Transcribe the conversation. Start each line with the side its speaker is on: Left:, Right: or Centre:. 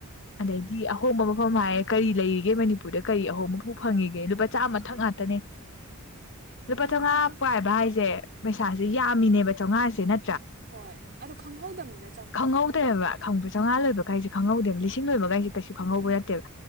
Left: ꯗꯤ ꯑꯍꯣꯡꯕ ꯃꯐꯝ ꯍꯥꯏꯌꯦ ꯀꯔꯤ ꯂꯩꯔꯤꯒꯦ ꯃꯅꯤꯄꯨꯔꯗ ꯀꯔꯤ ꯑꯍꯣꯡ ꯃꯨꯥꯎ
Right: ꯃꯥꯅꯤ
Left: ꯐꯪꯉꯤꯒꯦ ꯂꯨꯄꯥ ꯆꯥꯝꯃ ꯃꯊꯛ ꯉꯥꯛꯇꯅꯦ ꯂꯨꯄꯥ
Right: ꯍꯥ
Left: ꯆꯥꯝꯃꯉꯥ
Right: ꯍꯥ
Left: ꯄꯥꯏꯕ ꯍꯥꯏꯁꯦ ꯄꯩꯁꯥꯁꯦ ꯌꯥꯝꯃꯤꯅꯦꯕ ꯆꯥꯝꯃꯉꯥꯁꯦ ꯅ
Right: ꯍꯣꯏ ꯑꯗꯣ ꯈꯪꯍꯧꯗꯕꯗ
Left: ꯈꯪꯍꯧꯗꯦꯕ ꯈꯪꯕꯨ ꯆꯝꯉꯥ ꯂꯣꯏꯕꯒꯥꯏꯁ ꯈꯪꯍꯧꯗꯕꯁꯤꯡ ꯂꯣꯏꯕꯒꯥꯏꯦ ꯀꯩꯁꯨ ꯈꯪꯍꯧꯕ ꯌꯥꯗꯦꯕ